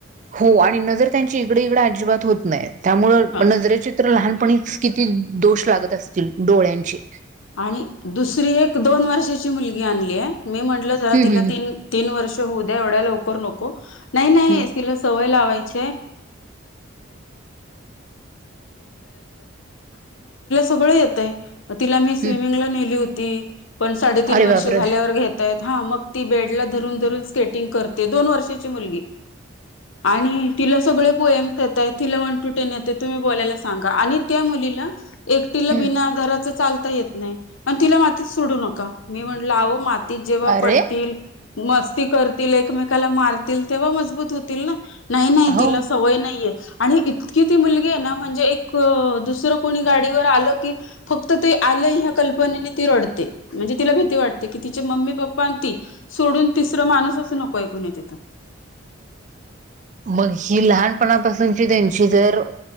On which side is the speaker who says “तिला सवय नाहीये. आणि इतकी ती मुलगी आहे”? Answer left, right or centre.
Left